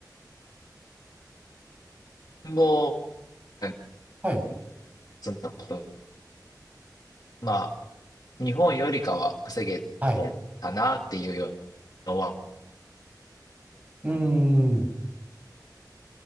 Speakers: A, on the left (about 60°); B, on the right (about 20°).
A: もう、
B: はい。
A: そんなこと。まあ日本よりかは稼げてたなっていう
B: はい。
A: のは、
B: うーん。